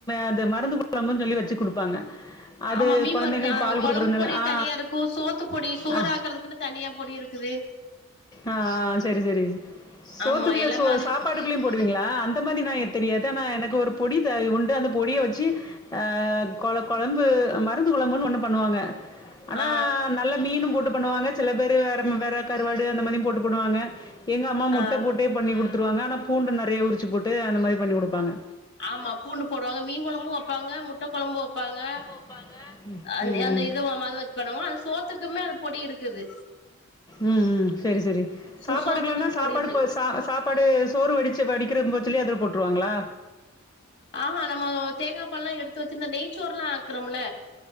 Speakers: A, on the left; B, on the left.
A: அது மருந்து கொழம்பு சொல்லி வச்சு குடுப்பாங்க அது
B: ஆமா மீன்
A: கொழந்தைங்களுக்கு
B: மருந்து ஆ
A: பால் குடுக்குறதுனால
B: கொழம்பு பொடி
A: ஆ
B: தனியா இருக்கு சோத்து பொடி சோறு
A: அ
B: ஆக்குறதுக்குன்னு தனியா பொடி இருக்குது
A: அ ஆ செரி செரி சோத்துக்குள்ள
B: ஆமா எல்லாமே
A: சோ
B: அது
A: சாப்பாடு போடுவீங்களா அந்த மாறி நா தெரியாது ஆனா எனக்கு ஒரு பொடி உண்டு அந்த பொடிய வச்சு அ கொழ கொழம்பு மருந்து கொழம்புன்னு ஒண்ணு பண்ணுவாங்க ஆனா
B: ஆ
A: நல்லா மீனும் போட்டு பண்ணுவாங்க செல பேரு வேற வேற கருவாடு அந்த மாறியும் போட்டு பண்ணுவாங்க எங்கம்மா முட்ட
B: ஆ
A: போட்டே பண்ணி குடுத்துருவாங்க ஆனா பூண்டு நெறைய உரிச்சு போட்டு அந்த மாறி பண்ணி குடுப்பாங்க
B: ஆமா பூண்டு போடுவாங்க மீன் கொழம்பு வப்பாங்க முட்ட கொழம்பு வப்பாங்க
A: ம்
B: அந்த
A: ம்
B: அந்த இத அது வச்சு பண்ணுவாங்க அந்த சோத்துக்குமே அந்த பொடி இருக்குது
A: ம் ம் செரி செரி
B: சோ
A: சாப்பாடுக்கலானா
B: சோத்துக்குன்னு
A: சாப்பாடு
B: பொடி இருக்கு
A: போ சா சாப்பாடு சோறு வடிச்சு வடிக்கிறது போச்சிலே அதுல போட்ருவாங்களா
B: ஆஹா நம்ம தேங்கா பால்ல்லா எடுத்து வச்சிருந்த நெய்ச்சோர்ல்லா ஆக்குறோம்ல